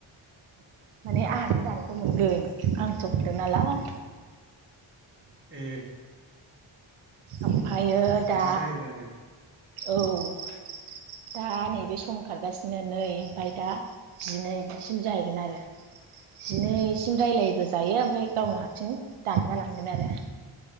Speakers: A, on the right; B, on the right.
A: माने आंहासो दानखौ मोनगोन। आंसो हरदोंनालाय
B: ए
A: ओमफ्रायो
B: बिदि
A: दा
B: जायो आरो
A: औ। दा नैबे सम खारगासिनो नै ओमफ्राय दा जिनैसिम जाहैगोन आरो जिनै
B: ए
A: इसिं रायलायोबा जों। जायो ओमफ्राय गावनो हारसिं दानजालांगोन आरो